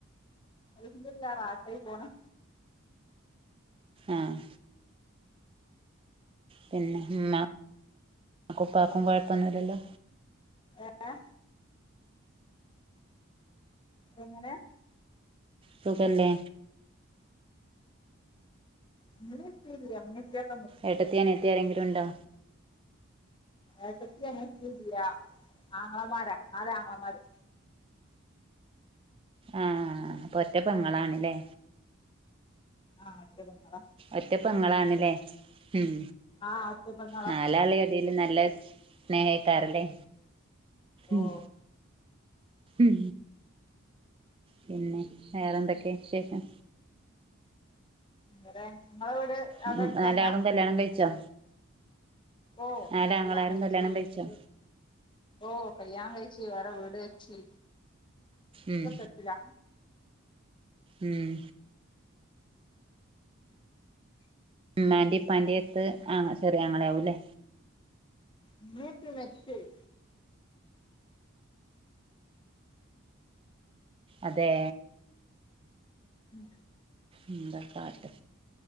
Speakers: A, on the left; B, on the right.
A: എന്തുല്ല റാഹത്തായി പോന്ന്
B: ആഹ് പിന്നെ ഇമ്മ ഉപ്പക്കും കുഴപ്പൊന്നുല്ലല്ലോ
A: ഏഹ് എങ്ങനെ
B: സുഖല്ലേ
A: ഇന്നലെ എത്തിയില്ല <unintelligible>
B: ഏട്ടത്തി അനിയത്തി ആരെങ്കിലും ഉണ്ടോ
A: എട്ടത്തി അനിയത്തി ഇല്ല ആങ്ങളമാര നാല് ആങ്ങളമാരും
B: ആഹ് അപ്പൊ ഒറ്റ പെങ്ങളാണല്ലേ
A: ആഹ് ഒറ്റ പെങ്ങള
B: ഒറ്റ പൊങ്ങളാണ് ല്ലേ ഉം
A: ആ ഒറ്റ പെങ്ങളാ
B: നാലാളി എടേല് നല്ല സ്നേഹെയ്ക്കാരല്ലേ
A: ഓ
B: ഉം ഉം പിന്നെ വേറെ എന്തൊക്കെ വിശേഷം
A: വേറെ ഇങ്ങളെ വീട് അവിടെ
B: ഉം
A: അടുത്തന്നാ
B: നാലാളും കല്യാണം കഴിച്ചോ
A: ഓഹ്
B: നാലാങ്ങളാരും
A: കല്യാണം കഴിച്ച്
B: കഴിച്ചോ
A: ഒരു ഓഹ് കല്യാണം കഴിച്ച് വേറെ വീട് വെച്ച്
B: ഉം
A: ഇതൊക്കെ ല്ല
B: ഉം ഇമ്മാന്റിം ഇപ്പാന്റി എട്ത്ത് ആ ചെറിയ ആങ്ങള ആവൂല്ലേ
A: ഇമ്മിം ഇപ്പിം മരിച്ചോയി
B: അതേ
A: ഉം
B: എന്താ കാട്ടാ